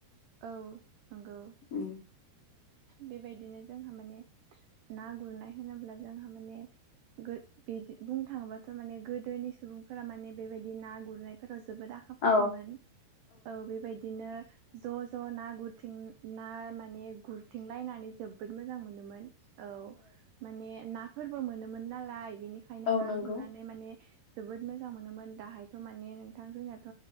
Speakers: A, on the right (about 85°); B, on the left (about 85°).
A: औ नंगौ
B: उ
A: बेबायदिनो जोंहा माने ना गुरनाय होनोब्ला जोंहा माने बिदि बुंनो थाङोबाथ' माने गोदोनि सुबुंफोरा माने बेबायदि ना गुरनायफोराव जोबोद आखा आखा फाखामोन
B: औ
A: औ बेबायदि बिदिनो ज' ज' ना गुरथिं ना माने गुर थिं लायनानै जोबोद मोजां मोनोमोन औ माने नाफोरबो मोनोमोन नालाय बेनिखायनो
B: औ
A: ना
B: नंगौ
A: गुरनानै माने जोबोद मोजां मोनोमोन दाहायथ' माने नोंथां जोंनियाथ'